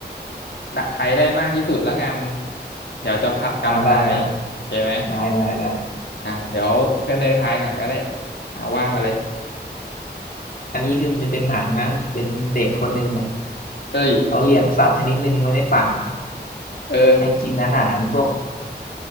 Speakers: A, on the left; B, on the left.
A: ใครได้มากที่สุดแล้วกันเดี๋ยวจะผัดกันทายโอเคไหม
B: อ่าได้ได้ได้ได้ได้
A: อ่ะเดี๋ยวเพื่อนเนยทายก่อนก็ได้อ่าว่ามาเลย
B: อันนี้คือมันจะเป็นหนังนะเป็นเด็กคนหนึ่งเนี่ย
A: เอ้ย
B: เขาเลี้ยงสัตว์ชนิดหนึ่งไว้ในป่า
A: เออ
B: ให้กินอาหารพวก